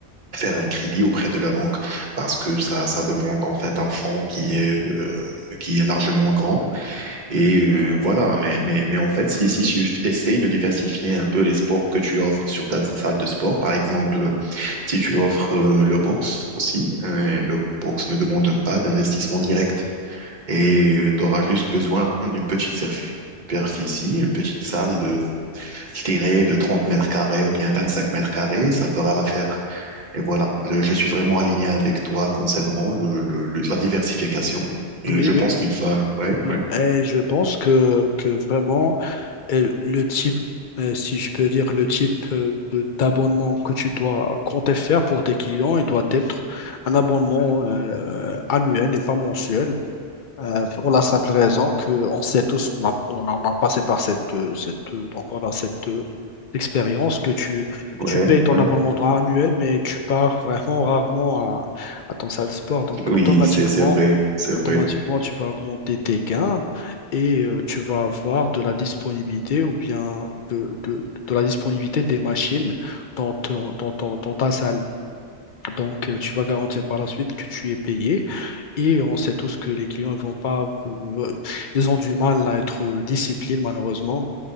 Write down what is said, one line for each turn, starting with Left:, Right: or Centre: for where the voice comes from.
Right: faire un crédit auprès de la banque parce que ça, ça demande en fait un fonds qui est, euh, qui est largement grand. Et euh, voilà, mais, mais, mais en fait, si, si tu essayes de diversifier un peu les sports que tu offres sur ta salle de sport, par exemple, si tu offres euh, le box aussi, euh, le box ne demande pas d'investissement direct et euh, tu auras juste besoin d'une petite surf- superficie, une petite salle de, je dirais, de 30 mètres carrés ou bien 25 mètres carrés, ça fera l'affaire. Et voilà, je, je suis vraiment aligné avec toi concernant le, le- le- la diversification. Et
Left: Oui,
Right: je
Left: oui,
Right: pense qu'il faut... Ouais,
Left: oui.
Right: ouais,
Left: Et je pense que, que vraiment, euh, le type, euh, si je peux dire, le type euh, de- d'abonnement que tu dois compter faire pour tes clients, il doit être un abonnement euh, annuel et pas mensuel. Euh, pour la simple raison qu'on sait tous, on a, on a, on a passé par cette, euh, cette, euh, donc voilà, cette euh, expérience que tu, que
Right: ouais,
Left: tu payes ton
Right: ouais.
Left: abonnement annuel, mais tu pars vraiment rarement à, à ton salle de sport. Donc
Right: Oui,
Left: automatiquement,
Right: c'est, c'est vrai, c'est
Left: automatiquement,
Right: vrai.
Left: tu vas augmenter tes gains et euh, tu vas avoir de la disponibilité ou bien de, de, de la disponibilité des machines dans, ton- dans, ton- dans ta salle. Donc euh, tu vas garantir par la suite que tu es payé et on sait tous que les clients ils vont pas, euh, ils ont du mal à être euh, disciplinés malheureusement